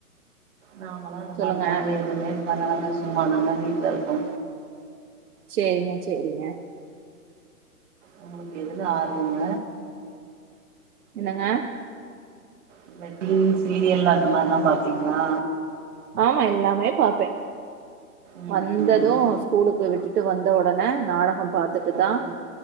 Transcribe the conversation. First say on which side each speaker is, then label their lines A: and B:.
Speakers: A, on the right (about 50°); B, on the right (about 70°).
A: நாங்களும் அது மாரி
B: சொல்லுங்க
A: தாங்க எதுவுமே <unintelligible> சும்மாாங்க வீட்டில இருக்கோ
B: சேரிங்க சேரிங்க
A: உங்களுக்கு எதில ஆர்வங்க
B: என்னங்க
A: இந்த டிவி சீரியல் அந்த மாதிரில்லாம் பாப்பீங்களா
B: ஆமா எல்லாமே பார்ப்பேன்
A: ம்
B: வந்ததும்
A: ம் ம் ம்
B: ஸ்கூலுக்கு விட்டு ட்டு வந்தவுடனே நாடகம் பார்த்துட்டுதான்
A: ஆ ஆ